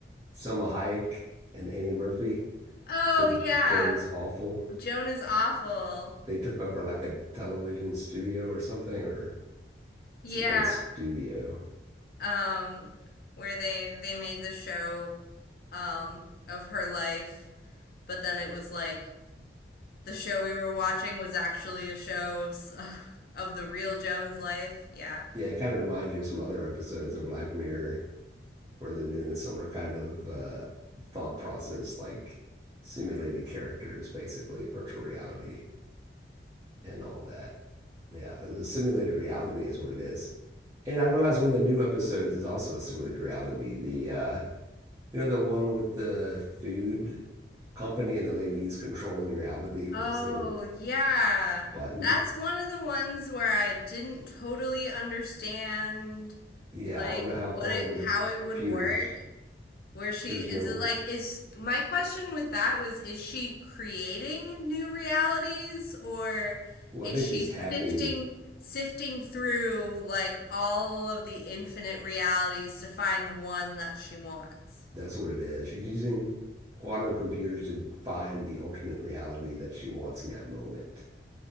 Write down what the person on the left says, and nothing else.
oh
yeah
joan is awful
yeah
um where they they made the show um of her life but then it was like the show we were watching was actually a show of <laughs> of the real joan's life yeah
Oh,
yeah.
That's one of the ones where I didn't totally understand
like
what
it how it would
work. Where she
is
it like is my question with that was is she creating new realities or
is
she
sifting sifting through like all of the infinite realities to find the one that she wants?